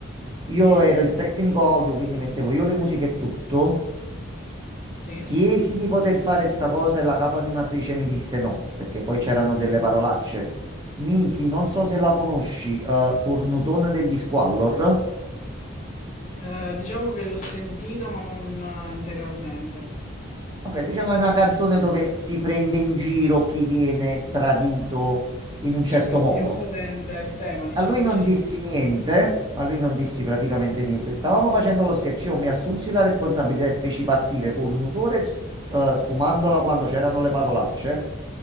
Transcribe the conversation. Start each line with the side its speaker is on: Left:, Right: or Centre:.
Right: io
Left: Sì,
Right: ero il tecnico audio, quindi mettevo io le musiche e tutto.
Left: sì.
Right: Chiesi di poter fare sta cosa e la capo animatrice mi disse no, perché poi c'erano delle parolacce. Misi, non so se la conosci, eh, Cornutone degli Squallor.
Left: Eh, diciamo che l'ho sentita ma non eh, integralmente.
Right: Ok, diciamo è una canzone dove si prende in giro chi viene tradito in un certo
Left: Sì, sì, sì,
Right: modo.
Left: ho presente il tema, diciamo,
Right: A lui non
Left: <laughs> sì,
Right: dissi
Left: sì.
Right: niente, a lui non dissi praticamente niente. Stavamo facendo lo sketch, io mi assunsi la responsabilità e feci partire Cornutore s- eh, sfumandola quando c'erano le parolacce.